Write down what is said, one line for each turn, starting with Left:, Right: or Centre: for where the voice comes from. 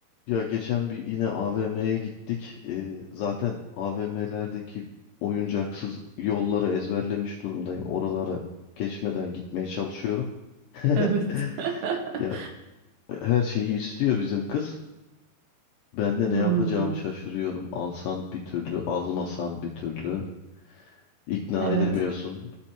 Left: Ya geçen bir yine AVM'ye gittik. Ee, zaten AVM'lerdeki oyuncaksız yolları ezberlemiş durumdayım. Oralara geçmeden gitmeye çalışıyorum. <laughs>
Right: Evet. <laughs>
Left: Ya her şeyi istiyor bizim kız. Ben de
Right: Hmm,
Left: ne yapacağımı şaşırıyorum. Alsan bir türlü, almasan bir türlü. İkna
Right: evet.
Left: edemiyorsun.